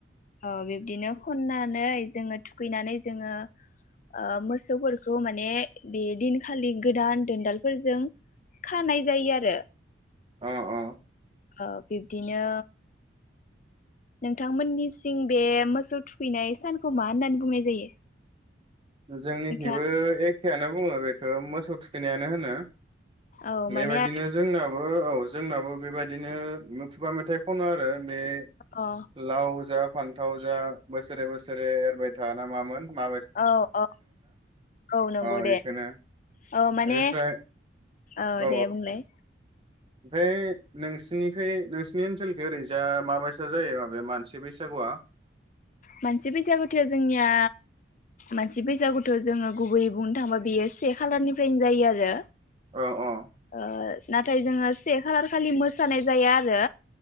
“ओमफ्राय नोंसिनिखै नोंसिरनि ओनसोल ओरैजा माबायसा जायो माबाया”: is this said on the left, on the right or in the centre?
Right